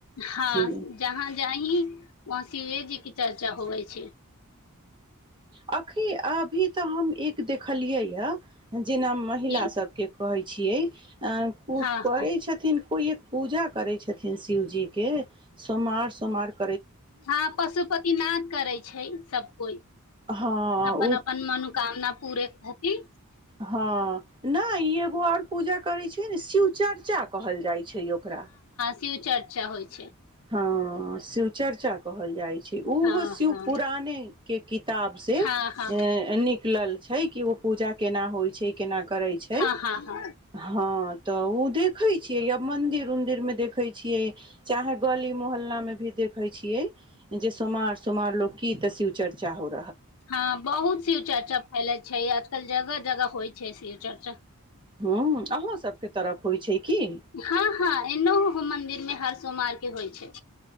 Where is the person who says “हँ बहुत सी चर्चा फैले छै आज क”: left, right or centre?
Left